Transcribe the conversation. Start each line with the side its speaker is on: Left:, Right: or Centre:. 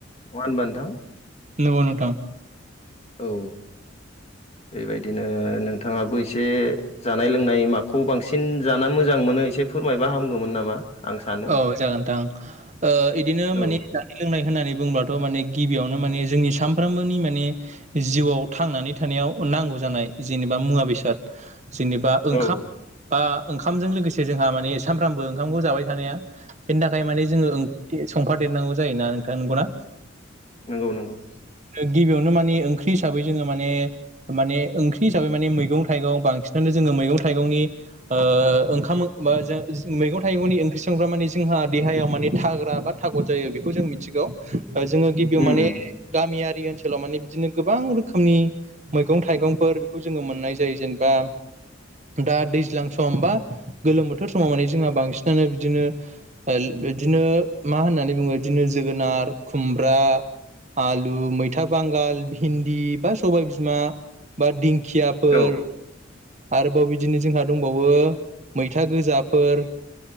Left: नङा होमबा नोंथां
Right: नोंगौ नोंथां
Left: औ बेबायदिनो नों थाङाबो एसे जानाय लोंनाय माखौ बांसिन जाना मोजां मोनो एसे फोरमायबा हामगौमोन नामा आं सानो
Right: औ जागोन नोंथां ओ इदिनो
Left: औ
Right: माने जोंना लोंनाय होननानै बुंब्लाथ माने गिबियावनो माने जोंनि सानफ्रामबोनि माने जिउआव थांनानै थानायाव नांगौ जानाय जेनेबा मुवा बेसाद जेनेबा
Left: औ
Right: ओंखाम बा ओंखामजों लोगोसे जोंहा माने सामफ्रामबो ओंखामखौ जाबाय थानाया बेनि थाखाय माने जोङो ओंख्रि संफादेरनांगौ जायोना नोंथां नंगौना
Left: नंगौ नंगौ
Right: गिबियावनो माने ओंख्रि हिसाबै जोङो माने माने ओंख्रि हिसाबै माने मैगं थाइगं बांसिनानो जोङो मैगं थाइगंनि ओ ओंखामा बा जो मैगं थाइगंनि संग्रा माने जोंहा देहायाव माने थाग्रा बा थागद जायो बेखौ जों मिथिगौ जोङो गिबियाव
Left: उम
Right: माने
Left: उम
Right: गामियारि ओनसोलाव ओनसोलाव माने बिदिनो गोबां रोखोमनि मैगं थाइगंफोर बेखौ जोङो मोननाय जायो जेनेबा दा दैज्लां सम बा गोलोम बोथोर समाव माने जोंहा बांसिनानो इदिनो इदिनो मा होननानै बुङो इदिनो जोगोनार खुमब्रा आलु मैथा बांगाल भिन्दि बा सबाय बिमा बा दिंखियाफोर
Left: औ
Right: आरोबाव बिदिनो जोंहा दंबावो मैथा गोजाफोर